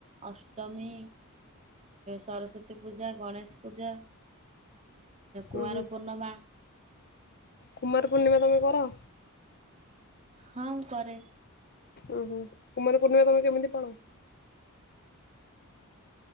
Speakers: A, on the right; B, on the left.
A: ଅଷ୍ଟମୀ ସରସ୍ଵତୀ ପୂଜା ଗଣେଶ ପୂଜା। କୁଆଁର
B: ଉଁ ହୁଁ
A: ପୂର୍ଣ୍ଣିମା।
B: କୁମାର ପୂର୍ଣ୍ଣିମା ତୁମେ କର।
A: ହଁ କରେ।
B: ଓହୋ କୁମାର ପୂର୍ଣ୍ଣିମା ତମେ କେମିତି ପାଳ।